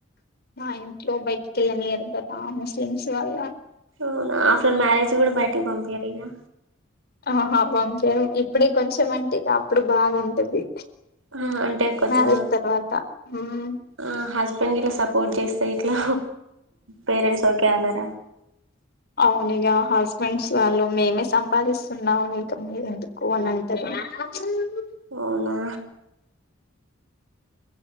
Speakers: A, on the left (about 50°); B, on the right (about 85°).
A: మా ఇంట్లో బయటి కెలనియరు కదా ముస్లిమ్స్ వాళ్ళ
B: అవునా ఆఫ్టర్ మ్యారేజ్ కూడా బయటికి పంపియారా ఇగా
A: ఆహా పంపియరు ఇప్పుడే కొంచెం అంటే అప్పుడు బాగుంటది
B: ఆ అంటే కొంచెం
A: మ్యారేజ్ తర్వాత మ్మ్
B: ఆ హస్బెండ్ ఇట్లా సపోర్ట్ చేస్తే ఇట్లా పేరెంట్స్ ఓకే అన్నారా
A: అవునిగా హస్బెండ్స్ వాళ్ళు మేమే సంపాదిస్తున్నాము ఇంకా మీరు ఎందుకు అని అంటారు <unintelligible>
B: అవునా